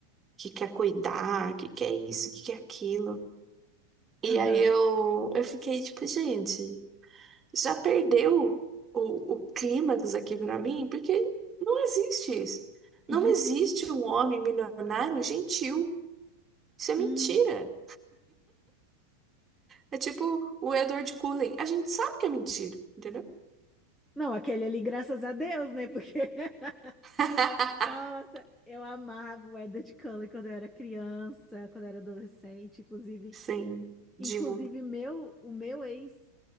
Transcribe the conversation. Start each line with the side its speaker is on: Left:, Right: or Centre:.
Right: que quer cuidar, que quer isso, que quer aquilo. E
Centre: aham.
Right: aí eu, eu fiquei tipo, gente, já perdeu o, o clímax aqui pra mim, porque não existe isso. Não
Centre: <laughs>
Right: existe um homem milionário gentil. Isso é mentira.
Centre: Hum.
Right: É tipo o Edward Cullen. A gente sabe que é mentira, entendeu?
Centre: Não, aquele ali, graças a Deus, né? Porque <laughs>
Right: <laughs>
Centre: Nossa, eu amava o Edward Cullen quando eu era criança, quando eu era adolescente, inclusive,
Right: Sim, divo.
Centre: inclusive meu, o meu ex